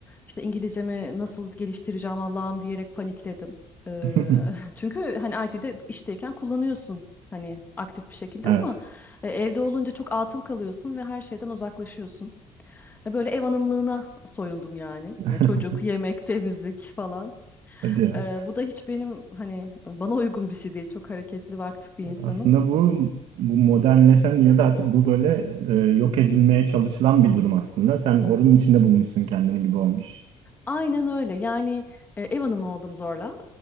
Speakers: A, on the left; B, on the right.
A: İşte İngilizcemi nasıl geliştireceğim Allah'ım diyerek panikledim. E,
B: <laughs>
A: <laughs> çünkü hani IT'de işteyken kullanıyorsun hani aktif bir şekilde
B: Evet.
A: ama e, evde olunca çok atıl kalıyorsun ve her şeyden uzaklaşıyorsun. E, Böyle ev hanımlığına soyundum yani.
B: <laughs>
A: E, Çocuk, yemek, temizlik falan.
B: Hadi ya.
A: E, bu da hiç benim hani bana uygun bir şey değil. Çok hareketli ve aktif bir insanım.
B: Aslında bu, bu modernleşen dünyada artık bu böyle e, yok edilmeye çalışılan bir durum aslında. Sen oranın içinde bulmuşsun kendini gibi olmuş.
A: Aynen öyle. Yani e, ev hanımı oldum zorla.